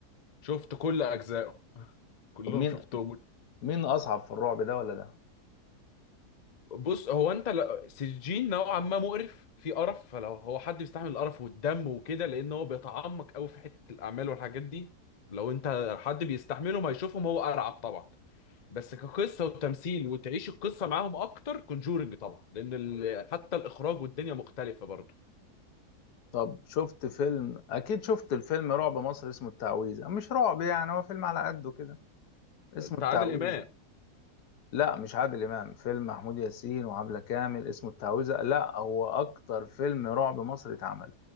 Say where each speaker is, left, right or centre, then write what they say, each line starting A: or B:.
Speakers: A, on the left; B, on the left.
A: شفت كل اجزائه <laughs> كلهم
B: طب مين
A: شفتهم
B: مين اصعب في الرعب ده ولا ده
A: بص هو انت ل- سجين نوعا ما مقرف في قرف فلو هو حد بيستحمل القرف والدم وكده لان هو بيتعمق قوي في حته الاعمال والحاجات دي لو انت حد بيستحملهم هيشوفهم هو ارعب طبعا بس كقصه وتمثيل وتعيش القصه معاهم اكتر كونجورنج طبعا لان ال... حتى الاخراج والدنيا مختلفه برضه
B: طب شفت فيلم اكيد شفت الفيلم رعب مصر اسمه التعويذة مش رعب يعني هو فيلم على قده كده اسمه
A: بتاع
B: التعويذة
A: عادل امام
B: لا مش عادل امام فيلم محمود ياسين وعبلة كامل اسمه التعويذة لا هو اكتر فيلم رعب مصري اتعمل